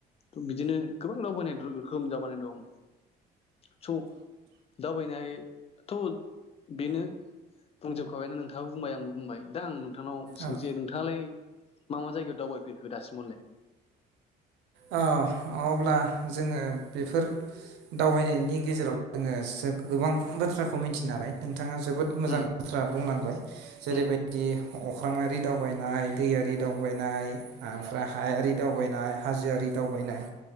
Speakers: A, on the left; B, on the right.
A: थ' बिदिनो गोबां दावबायनाय रो-रोखोम जाबावनाय दं स' दावबायनायथ' बेनो बुंजोबखाबायनो नोंथाङाबो बुंबाय आंबो बुंबाय दा आं नों- थांनाव सोंसै
B: औ
A: नोंथाङालाय मा मा जायगायाव दावबाय फेरखौ दासिमलाय?
B: ओ अब्ला जोङो बेफोर दावबायनायनि गेजेराव जोङो एसे गोबां बाथ्राखौ मिथियो नालाय बिथाङा जोबोद मोजां
A: उम
B: बाथ्रा बुंलांबाय जेरैबायदि
A: उम
B: अख्रांआरि दावबायनाय दैयारि दावबायनाय ओमफ्राय हायारि दावबायनाय हाजोआरि दावबायनाय